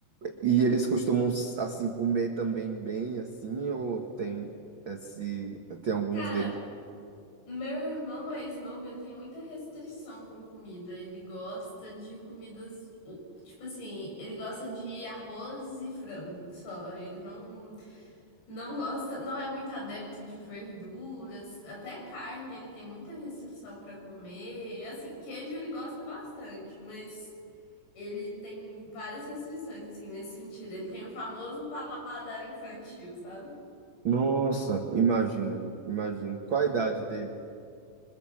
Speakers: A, on the right; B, on the left.
A: E eles costumam, assim, comer também bem, assim, ou tem esse. Tem alguns
B: Cara,
A: deles?
B: meu irmão mais novo, ele tem muita restrição com comida. Ele gosta de comidas, o- tipo assim, ele gosta de arroz e frango só. Ele não, Não gosta, não é muito adepto de verduras, até carne ele tem muita restrição para comer. Assim, queijo ele gosta bastante, mas ele tem várias restrições assim nesse sentido. Ele tem o famoso paladar infantil, sabe?
A: Nossa, imagino, imagino. Qual a idade dele?